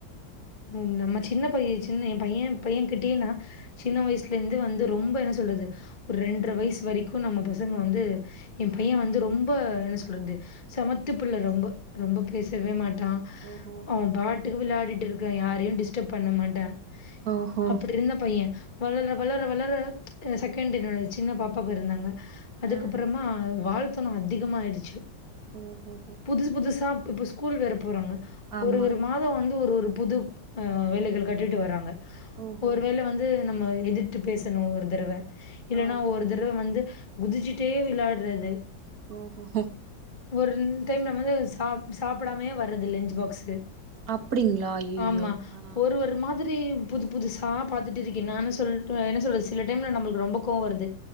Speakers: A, on the left; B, on the right.
A: ம் நம்ம சின்ன பை சின்ன எ பைய பையன்க்குடீன்னா சின்ன வயசுல இந்து வந்து ரொம்ப என்ன சொல்றது ஒரு ரெண்ர வயசு வரைக்கு நம்ம பசங்க வந்து எ பைய
B: ஆ
A: வந்து ரொம்ப என்ன சொல்றது சமத்துப்புள்ள ரொம்ப ரொம்ப பேசவே மாட்டா
B: ஓஹோ
A: அவ பாட்டுக்கு விளாடிட்டு இருக்றா யாரையு டிஸ்டர்ப் பண்ண மாட்டா
B: ஓஹோ
A: அப்படி இருந்த பைய வளர வளர வளர செகண்ட் இன்னோரு சின்ன பாப்பா பிறந்தாங்க அதுக்கப்புறமா
B: ஆ
A: ஆ வாழ்த்தனோ அதிகமாயிடுச்சு
B: ஓஹோ
A: புதுசு புதுசா ப் இப்ப ஸ்கூல் வேற போறாங்க
B: ஆமா
A: ஒரு ஒரு மா தோ வந்து ஒரு ஒரு புது ஆ வேலைகள் காட்டிட்டு வராங்க
B: ஓஹோ
A: ஒரு வேல வந்து நம்ம எதிர்த்து பேசணு ஒரு தடவ இல்லன்னா
B: ஆ
A: ஒரு தடவ வந்து குதிச்சுட்டே விளாற்றது
B: ஓஹோ
A: ஒரு ரெண் டைம்ன்னமோது சாப் சாப்பிடாமையே வர்ரது இல்ல லன்ச் பாக்ஸு
B: அப்டிங்களா ஐயையோ
A: ஆமா
B: ஆ
A: ஒரு ஒரு மாதிரி புது புதுசா பாத்துட்டு இருக்க என்னான்னு சொல்ட்டு என்ன சொல்றது சில டைம்ல நம்மளுக்கு ரொம்ப கோவ் வருது